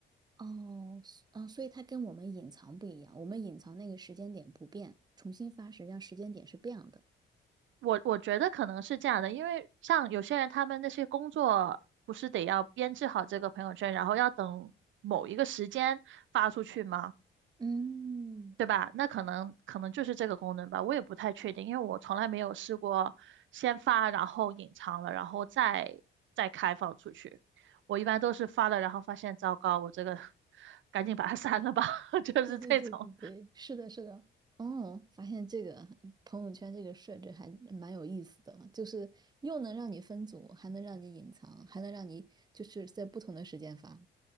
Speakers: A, on the right; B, on the right.
A: 哦，所嗯，所以他跟我们隐藏不一样，我们隐藏那个时间点不变，重新发实际上时间点是变的。
B: 我我觉得可能是这样的，因为像有些人他们那些工作不是得要编制好这个朋友圈，然后要等某一个时间发出去吗？
A: 嗯，
B: 对吧？那可能可能就是这个功能吧，我也不太确定，因为我从来没有试过先发，然后隐藏了，然后再再开放出去。我一般都是发了，然后发现糟糕，我这个 <laughs> 赶紧把它 <laughs> 删了吧，<laughs> 就是这种。
A: 对对对对对，是的，是的。哦，发现这个朋友圈这个设置还蛮有意思的，就是又能让你分组，还能让你隐藏，还能让你就是在不同的时间发。